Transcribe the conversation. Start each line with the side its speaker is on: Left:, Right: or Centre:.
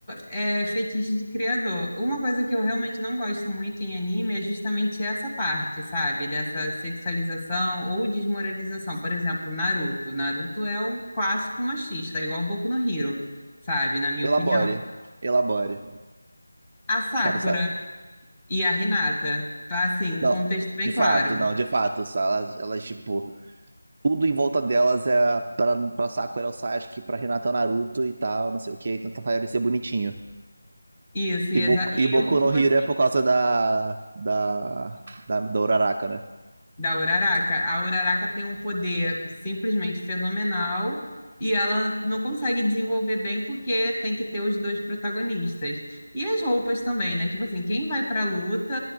Left: é, fetiche de criador. Uma coisa que eu realmente não gosto muito em anime é justamente essa parte, sabe? Dessa sexualização ou desmoralização. Por exemplo, Naruto. Naruto é o clássico machista, é igual Boku no Hero, sabe? Na minha
Right: Elabore.
Left: opinião.
Right: Elabore.
Left: A Sakura
Right: Quero saber.
Left: e a Renata tá assim, um
Right: Não,
Left: contexto bem
Right: de fato,
Left: claro.
Right: não, de fato. só Elas, elas tipo, tudo em volta delas é pra, pra Sakura é o Sasuke, pra Renata é o Naruto e tal, não sei o que, tenta fazer ele ser bonitinho.
Left: Isso, e,
Right: E Boku,
Left: exa- e
Right: e Boku
Left: eu, tipo
Right: no Hero
Left: assim.
Right: é por causa da, da, da, da Uraraka, né?
Left: Da Uraraka. A Uraraka tem um poder simplesmente fenomenal e ela não consegue desenvolver bem porque tem que ter os dois protagonistas. E as roupas também, né? Tipo assim, quem vai pra luta